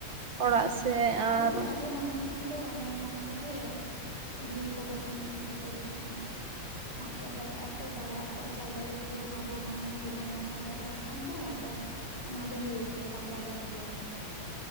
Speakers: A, on the left; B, on the right.
A: ᱦᱮᱸ
B: ᱚᱲᱟᱜ
A: ᱦᱮᱸ
B: ᱥᱮᱜ
A: ᱟᱫᱚ
B: ᱟᱨ
A: ᱫᱤ ᱟᱵᱚ ᱢᱟᱹᱱᱢᱤ ᱦᱚᱛᱚ ᱱᱚᱜᱼᱚᱭ ᱱᱚᱝᱠᱟ ᱜᱮ ᱵᱤᱨ ᱠᱚᱵᱚᱱ ᱡᱷᱚᱛᱚ ᱠᱤᱪᱷᱩ ᱢᱟᱜ ᱪᱟᱵᱟᱭᱮᱫ ᱟᱠᱚ ᱫᱟᱨᱮ ᱟᱠᱚᱣᱟᱜ ᱡᱟᱭᱜᱟ ᱜᱮ ᱡᱩᱫᱤ ᱵᱚᱱ ᱟᱵᱚ ᱢᱟᱹᱱᱢᱤ ᱜᱮᱵᱚᱱ ᱦᱟᱛᱟᱣ ᱪᱟᱵᱟᱭ ᱠᱷᱟᱱ ᱫᱚ ᱟᱫᱚ ᱚᱱᱟ ᱫᱚ ᱦᱳᱭᱳ ᱜᱮᱭᱟ ᱯᱟᱸᱡᱟ ᱵᱚᱱ ᱜᱮᱭᱟ ᱠᱚ,